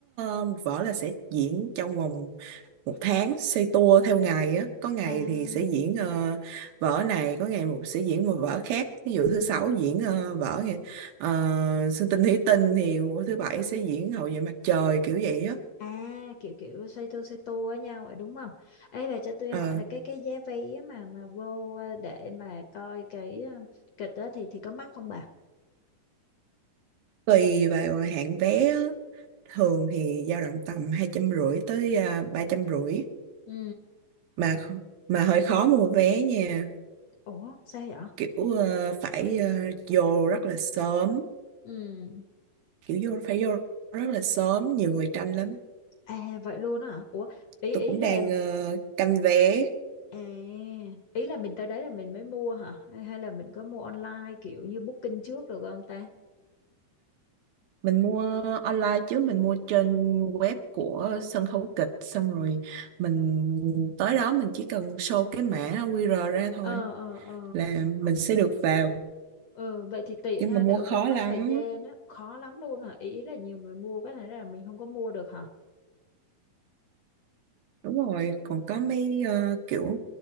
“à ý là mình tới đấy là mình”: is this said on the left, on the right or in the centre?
Left